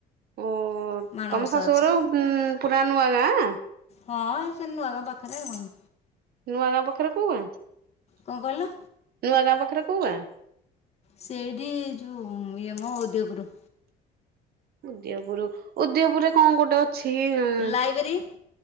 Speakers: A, on the right (about 65°); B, on the left (about 40°).
A: ଓ
B: ମାଣବସା
A: ତମ ଶାଶୁଘର
B: ଅଛି
A: ପୁରା ନୂଆ ଗାଁ?
B: ହଁ ସେଇ ନୂଆ ଗାଁ ପାଖରେ ଆଉ କଣ।
A: ନୂଆ ଗାଁ ପାଖରେ କୋଉ ଗାଁ?
B: କଣ କହିଲ?
A: ନୂଆ ଗାଁ ପାଖରେ କୋଉ ଗାଁ?
B: ସେଇଠି ଯୋଉ ଇଏ ମୋ ଓଦୟପୁର।
A: ଉଦୟପୁର ଉଦୟପୁରରେ କଣ ଗୋଟେ ଅଛି ଉଁ ମ୍
B: ଲାଇବ୍ରେରୀ